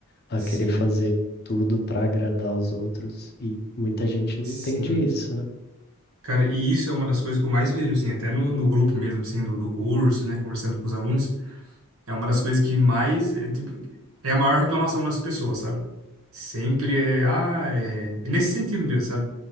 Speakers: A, on the left; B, on the right.
A: a
B: Sim.
A: querer fazer tudo pra agradar os outros. E muita gente não
B: Sim.
A: entende isso, né?
B: Cara, e isso é uma das coisas que eu mais vejo, assim, até no, no grupo mesmo, assim, do, do curso, né, conversando com os alunos, é uma das coisas que mais, é, tipo, é a maior reclamação das pessoas, sabe? Sempre é, ah, é, é nesse sentido mesmo, sabe?